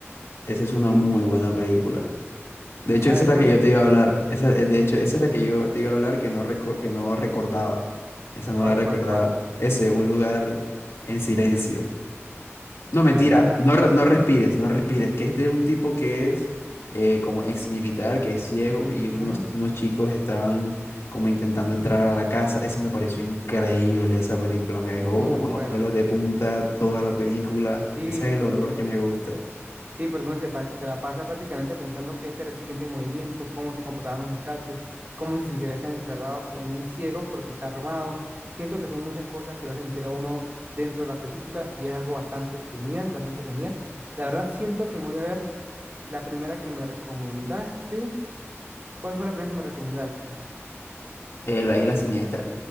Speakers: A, on the left; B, on the right.
A: Esa es una
B: sí,
A: muy buena película. De hecho,
B: a
A: esa
B: ver,
A: es la
B: cuenta,
A: que yo te iba a hablar. Esa, eh, de hecho, esa es la que yo te iba a hablar que no, reco- que no recordaba. Esa no
B: ¿cuál,
A: la recordaba.
B: cuál, cuál?
A: Ese, un lugar en silencio. No, mentira.
B: A ver, haga,
A: No, re- no respires, no respires. Que es de un tipo que es eh, como ex militar, que es ciego,
B: ujú,
A: y unos, unos chicos estaban como intentando entrar a la casa. Esa me pareció increíble, esa película. Me dejó
B: muy
A: como
B: buena.
A: los pelos de punta toda la película.
B: Sí,
A: Ese es el
B: porque,
A: horror que me gusta.
B: sí, porque uno se, pa- se la pasa prácticamente pensando qué será el siguiente movimiento, cómo se comportarán los muchachos, cómo se sentirá estar encerrado con un ciego porque está armado. Siento que son muchas cosas que lo hacen sentir a uno dentro de la película y es algo bastante genial, bastante genial. La verdad, siento que me voy a ver la primera que me recomendaste. ¿Cuál fue la primera que me recomendaste?
A: Eh, la isla siniestra.